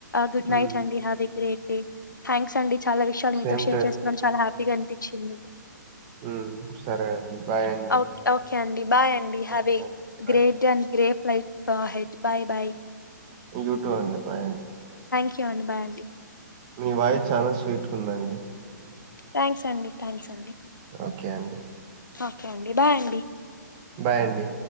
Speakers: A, on the left; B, on the right.
A: గుడ్
B: ఉమ్
A: నైట్ అండి have a great day. Thanks అండి చాలా విషయాలు మీతో
B: సేమ్
A: షేర్ చేసుకోవడం చాల హ్యాపీగా అండి చిన్న
B: ఉ సరే అండి బాయ్ అండి.
A: ఓకే ఓకే అండి బాయ్ అండి హవె
B: ఓకే అండి బాయ్
A: గ్రేట్ అండ్ గ్రేట్ ఫలైట్ ఫ హెడ్ బాయ్ బాయ్
B: యూట్యూబ్ అండి బై అండి.
A: ఓకే అండి బాయండి
B: మీ వాయిస్ చాలా స్వీట్ కుందండి.
A: థాంక్స్ అండి. థ్యాంక్స్ అండి.
B: ఓకే అండి
A: ఓకే అండి బాయ్ అండి
B: బాయ్ అండి